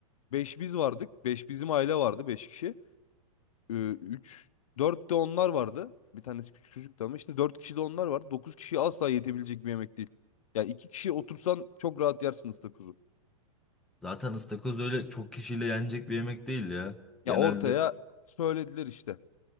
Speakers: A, on the left; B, in the centre.
A: beş biz vardık. beş bizim aile vardı 5 kişi. Ee, 3 4 de onlar vardı. Bir tanesi küçük çocuktu ama işte 4 kişi de onlar var. dokuz kişiye asla yetebilecek bir yemek değil. Ya 2 kişi otursan çok rahat yersiniz takozu.
B: Zaten ıstakoz öyle çok kişiyle yenecek bir yemek değil ya. Genelde
A: Ya ortaya söylediler işte.